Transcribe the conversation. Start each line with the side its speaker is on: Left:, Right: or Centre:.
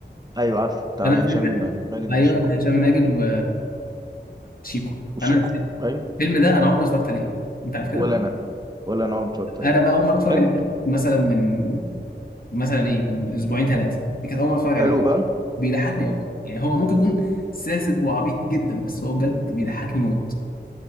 Right: ايوه عارفه بتاع
Left: انا الفيلم
Right: هشام ماجد
Left: ايوه
Right: وشيكو
Left: بتاع هشام ماجد و... وشيكو
Right: وشيكو
Left: انا
Right: ايوه
Left: الفيلم ده انا عمري ما اتفرجت عليه انت عارف كده
Right: ولا انا ولا انا عمري اتفرجت عليه
Left: انا بقى اول مره اتفرج
Right: حلو
Left: عليه كانت مثلا من مثلا ايه من اسبوعين ثلاثه دي كانت اول مره اتفرج عليه
Right: حلو بقى
Left: بيضحكني قوي يعني هو ممكن يكون ساذج وعبيط جدا بس هو بجد بيضحكني موت